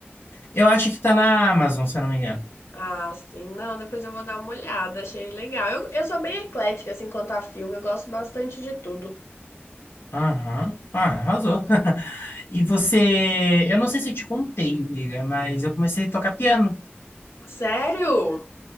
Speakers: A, on the left (about 60°); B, on the left (about 85°).
A: Eu acho que tá na Amazon, se eu não me engano.
B: Ah, sim. Não, depois eu vou dar uma olhada, achei legal. Eu, eu sou bem eclética, assim, quanto a filme, eu gosto bastante de tudo.
A: Aham. Ah, arrasou. <laughs> E você. Eu não sei se eu te contei, amiga, mas eu comecei a tocar piano.
B: Sério?